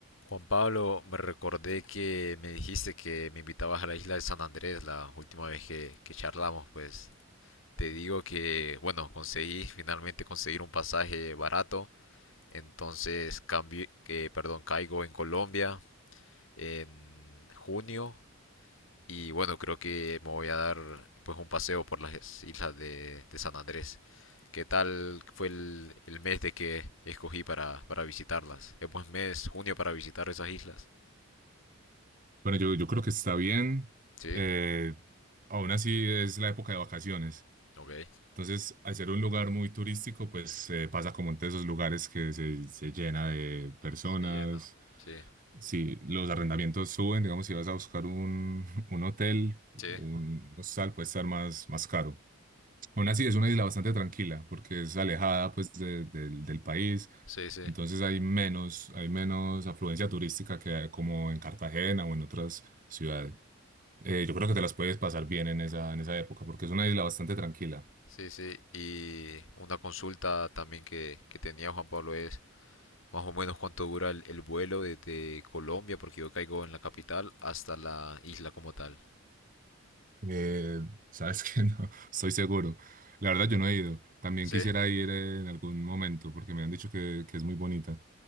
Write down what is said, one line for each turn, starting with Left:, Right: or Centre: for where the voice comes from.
Left: Juan Pablo, me recordé que me dijiste que me invitabas a la isla de San Andrés la última vez que, que charlamos, pues te digo que, bueno, conseguí finalmente conseguir un pasaje barato, entonces cambié, que, perdón, caigo en Colombia en junio y bueno, creo que me voy a dar pues un paseo por las islas de, de San Andrés. ¿Qué tal fue el, el mes de que escogí para, para visitarlas? Es buen mes, junio, para visitar esas islas.
Right: Bueno, yo, yo creo que está bien.
Left: Sí,
Right: eh, aún así es la época de vacaciones.
Left: ok.
Right: Entonces, al ser un lugar muy turístico, pues eh, pasa como entre esos lugares que se, se llena de personas.
Left: Se llena. Sí,
Right: Si los arrendamientos suben, digamos, si vas a buscar un, <laughs> un hotel,
Left: sí,
Right: un hostal puede estar más, más caro. Aún así es una isla bastante tranquila porque es alejada pues de- del del país.
Left: sí, sí,
Right: Entonces hay menos, hay menos afluencia turística que como en Cartagena o en otras ciudades. Eh, yo creo que te las puedes pasar bien en esa, en esa época, porque es una isla bastante tranquila.
Left: sí, sí. Y una consulta también que, que tenía Juan Pablo es más o menos cuánto dura el, el vuelo desde Colombia, porque yo caigo en la capital, hasta la isla como tal.
Right: Eh, sabes que <laughs> no, estoy seguro. La verdad, yo no he ido. También
Left: Sí,
Right: quisiera ir eh, en algún momento, porque me han dicho que, que es muy bonita,